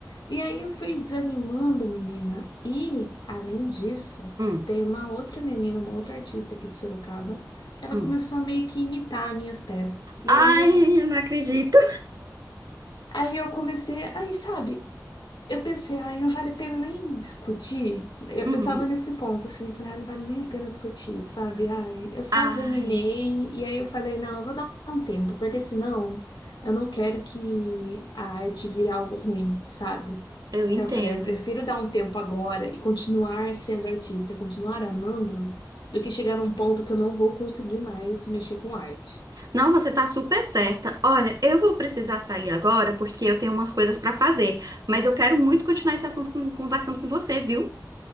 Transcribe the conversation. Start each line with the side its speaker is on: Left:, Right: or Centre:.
Left: E aí eu fui desanimando, menina. E, além disso,
Right: Hum,
Left: tem uma outra menina, uma outra artista aqui de Sorocaba, que ela
Right: hum.
Left: começou a meio que imitar minhas peças. E
Right: Ai,
Left: aí eu,
Right: eu não acredito.
Left: aí eu comecei, aí sabe, eu pensei, ai, não vale a pena nem discutir. Eu,
Right: Uhum.
Left: eu tava nesse ponto, assim, eu falei, ai, não vale nem a pena discutir, sabe? Ai, eu só
Right: Ai,
Left: desanimei, e aí eu falei, não, eu vou dar um tempo, porque senão eu não quero que a arte vire algo ruim, sabe?
Right: eu entendo.
Left: Então eu falei, eu prefiro dar um tempo agora e continuar sendo artista, continuar amando, do que chegar num ponto que eu não vou conseguir mais mexer com arte.
Right: Não, você tá super certa. Olha, eu vou precisar sair agora porque eu tenho umas coisas pra fazer, mas eu quero muito continuar esse assunto com- conversando com você, viu?